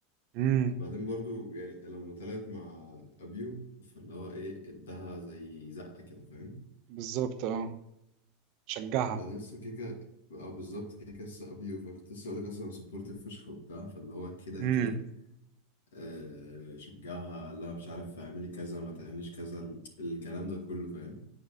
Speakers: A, on the right; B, on the left.
A: امم
B: بعدين برضو يعني لما طلعت مع أبيو فاللي هو إيه إداها زي زقة كده فاهم
A: بالظبط اه شجعها
B: بعدين لسه كيكة أو بالظبط كيكة لسه أبيو فكنت لسه أقولك أصلا سبورتيف فشخ وبتاع فاللي هو كده
A: امم
B: كده آه، شجعها لا مش عارف اعملي كذا ما تعمليش كذا ال- الكلام ده كله فاهم